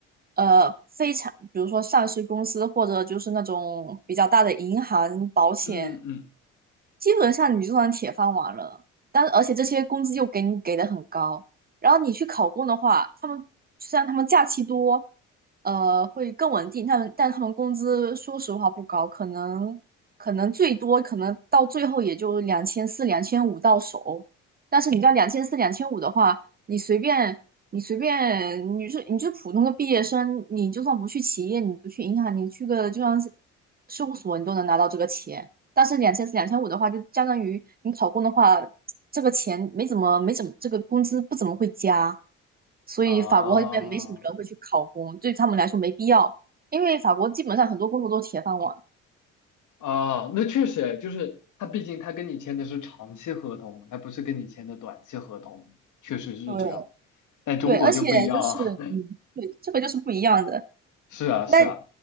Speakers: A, on the right; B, on the left.
A: 呃，非常，比如说上市公司或者就是那种比较大的银行、保险，
B: 嗯嗯
A: 基本上你就算铁饭碗了。但而且这些工资又给你给的很高，然后你去考公的话，虽然他们假期多，呃，会更稳定，但但他们工资说实话不高，可能可能最多可能到最后也就两千四、两千五到手。但是你知道两千四、两千五的话，你随便你随便你是你是普通的毕业生，你就算不去企业，你不去银行，你去个就像是事务所，你都能拿到这个钱。但是两千四、两千五的话，就相当于你考公的话，这个钱没怎么没怎么，这个工资不怎么会加。所以法国这边没什么人会去考公，
B: 啊。
A: 对他们来说没必要，因为法国基本上很多工作都是铁饭碗。
B: 啊，那确实就是他，毕竟他跟你签的是长期合同嘛，他不是跟你签的短期合同，确实是这样。
A: 对
B: 但中国就不一样啊，
A: 对，而且就是嗯，对，这个就是不一样的。
B: <laughs> 是啊，是啊，
A: 那